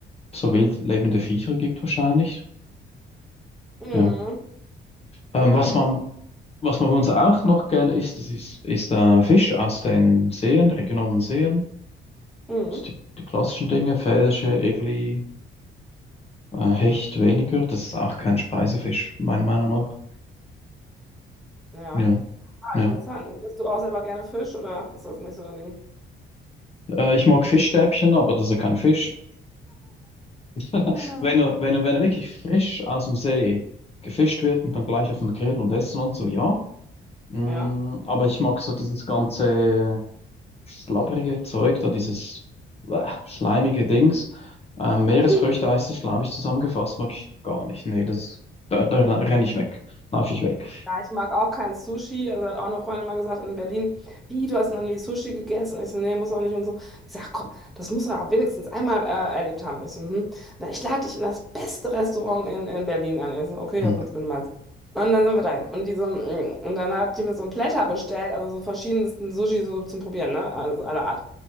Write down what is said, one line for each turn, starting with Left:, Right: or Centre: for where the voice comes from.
Left: so wild lebende Viecher gibt wahrscheinlich.
Centre: Mhm.
Left: Ja. Ähm,
Centre: Ja,
Left: was
Centre: das,
Left: man Was man bei uns auch noch gerne isst, das ist, ist äh, Fisch aus den Seen, regionalen Seen.
Centre: mhm.
Left: So die, die klassischen Dinge, Felsche, Egli, äh, Hecht weniger. Das ist auch kein Speisefisch, meiner Meinung nach.
Centre: Ja,
Left: Ja,
Centre: ah,
Left: ja.
Centre: interessant. Und isst du auch selber gerne Fisch oder ist das nicht so dein Ding?
Left: Äh, ich mag Fischstäbchen, aber das ist ja kein Fisch. <laughs>
Centre: Ja.
Left: Wenn er, wenn er, wenn er wirklich frisch aus dem See gefischt wird und dann gleich auf dem Grill und essen und so, ja. Mm,
Centre: Ja.
Left: aber ich mag so dieses ganze. schlabbrige Zeug, da dieses äh, schleimige Dings. Ähm, Meeresfrüchte
Centre: <laughs>
Left: heißt es, glaube ich, zusammengefasst, mag ich gar nicht. Nee, das, da, da la- renne ich weg, laufe ich weg.
Centre: Ja, ich mag auch kein Sushi. Also hat auch eine Freundin mal gesagt in Berlin, wie, du hast noch nie Sushi gegessen? Ich so, nee, muss auch nicht und so. Ich sag, komm, das muss er auch wenigstens einmal äh, erlebt haben. Ich so, hm. Na, ich lade dich in das beste Restaurant in, in Berlin an. Ich so, okay,
Left: Hm.
Centre: ja gut, wenn du meinst. Und dann sind wir dahin. Und, die so, mm, und dann hat die mir so ein Platter bestellt, also so verschiedensten Sushi so zum Probieren, ne? Also aller Art.